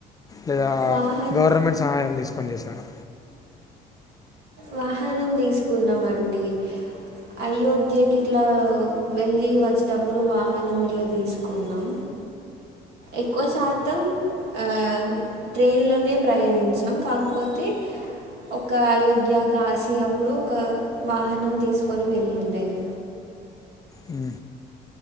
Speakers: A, on the left (about 20°); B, on the right (about 75°).
A: లేదా
B: వాహనం
A: గవర్నమెంట్ సహాయం తీసుకొని చేసారా
B: వాహనం తీసుకున్నామండి అయోధ్యకి ఇట్లా వెళ్ళి వచ్చేటప్పుడు వాహనం ఇట్లా తీసుకున్నాం ఎక్కువ శాతం ఆ ట్రైన్లోనే ప్రయాణించాం కాకపోతే ఒక అయోధ్య కాసి అప్పుడు ఒక వాహనం తీసుకొని వెళ్ళ ఉండేది
A: ఉ